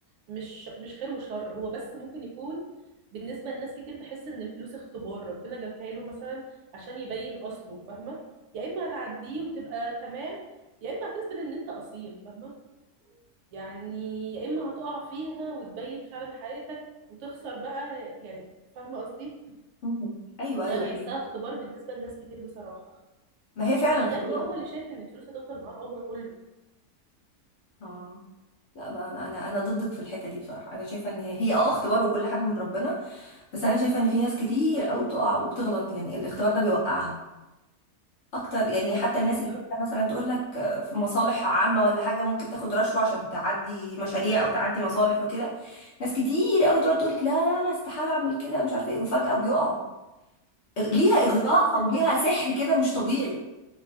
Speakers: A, on the right (about 65°); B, on the left (about 60°).
A: مش مش خير وشر هو بس ممكن يكون بالنسبه لناس كتير بحس ان الفلوس اختبار ربنا جابها له مثلا عشان يبين اصله فاهمه يا اما هتعديه وتبقى تمام يا اما هتثبت ان انت اصيل فاهمه يعني يا اما هتقع فيها وتبين فعلا حقيقتك وتخسر بقى يعني فاهمه قصدي
B: مم. ايوه ايوه
A: انا بحسها
B: يعني
A: اختبار بالنسبه لناس كتير بصراحه
B: ما هي فعلا
A: والغبي
B: اختبار
A: هو اللي شايف ان الفلوس هتفضل معاه العمر كله
B: اه لا ما انا انا أنا ضدك في الحته دي بصراحه انا شايفه ان هي هي اه اختبار وكل حاجه من ربنا بس انا شايفه ان في ناس كتير قوي بتقع وبتغلط يعني الاختبار ده بيوقعها اكتر يعني حتى الناس
A: بالظبط
B: اللي مثلا تقول لك في مصالح عامة ولا حاجة ممكن تاخد رشوة عشان تعدي مشاريع او تعدي مصالح وكده ناس كتير قوي تقعد تقول لك لا لا انا استحالة اعمل كده مش عارفة ايه وفجأة بيقعوا إغ- ليها
A: ما
B: اغراء
A: هو ده نفس
B: او
A: الفكره
B: ليها سحر كده مش طبيعي